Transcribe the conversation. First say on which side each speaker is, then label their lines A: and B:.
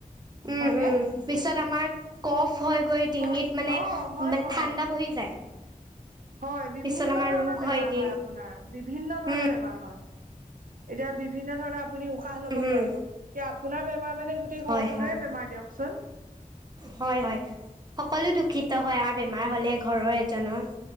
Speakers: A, on the right; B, on the right.
A: উম
B: হয় নে।
A: উম পিছত আমাৰ কফ হৈ গৈ ডিঙিত
B: হয়।
A: মানে
B: অ হয়
A: মানে
B: হয়
A: ঠাণ্ডা বহি যায়।
B: হয় বিভিন্ন
A: পিছত আমাৰ
B: ধৰণৰ
A: ৰোগ
B: বেমাৰ
A: হয়গে
B: হয় আপোনাৰ। বিভিন্ন ধৰণৰ
A: উম
B: বেমাৰ হয় এতিয়া বিভিন্ন ধৰণৰ আপুনি উশাহ লব
A: উম
B: নোৱাৰিব এতিয়া আপোনাৰ বেমাৰ মানে গোটেই
A: হয়
B: ঘৰখনেৰে
A: হয়
B: বেমাৰ দিয়কচোন।
A: হয় হয় সকলো দুখিত হয় আমাৰ বেমাৰ হলে ঘৰৰ এজনৰ।